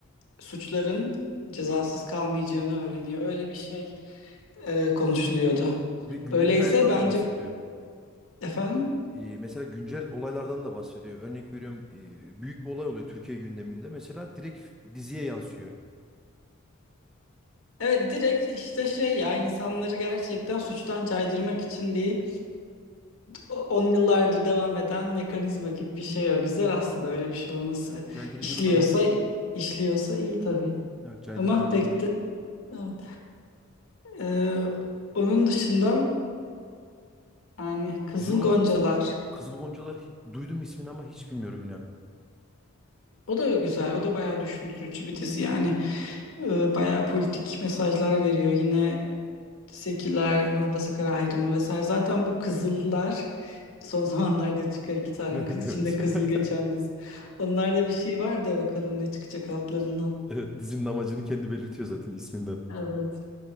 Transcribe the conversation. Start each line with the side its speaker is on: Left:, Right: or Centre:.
Left: suçların cezasız kalmayacağını öğreniyor. Öyle bir şey e, konuşuluyordu.
Centre: Ve gündelik
Left: Öyleyse
Centre: hayattan
Left: bence
Centre: da bahsediyor.
Left: efendim
Centre: E, mesela güncel olaylardan da bahsediyor. Örnek veriyorum e, büyük bir olay oluyor Türkiye gündeminde. Mesela direkt diziye yansıyor.
Left: evet direkt işte şey ya insanları gerçekten suçtan caydırmak için bir on yıllardır devam eden mekanizma gibi bir şey o. Güzel aslında öyle bir şey olması.
Centre: Evet caydırıcılığı
Left: İşliyorsa
Centre: da var.
Left: işliyorsa iyi tabii.
Centre: Evet caydırıcılığı
Left: Mahvetti.
Centre: da var.
Left: Evet. Ee, onun dışında yani Kızıl
Centre: Dizi olarak
Left: Goncalar.
Centre: Kızıl Goncalar hi- duydum ismini ama hiç bilmiyorum inan.
Left: O da güzel. O da bayağı düşündürücü bir dizi yani. Ee, bayağı politik mesajlar veriyor. Yine seküler, muhafazakar ayrımı vesaire. Zaten bu Kızıllar son <laughs> zamanlarda çıkan iki tane
Centre: <laughs>
Left: kız,
Centre: Evet.
Left: içinde kızıl
Centre: <laughs>
Left: geçen dizi. Onlarda bir şey var da bakalım ne çıkacak altlarından.
Centre: Evet, dizinin amacını kendi belirtiyor zaten isminden.
Left: Evet.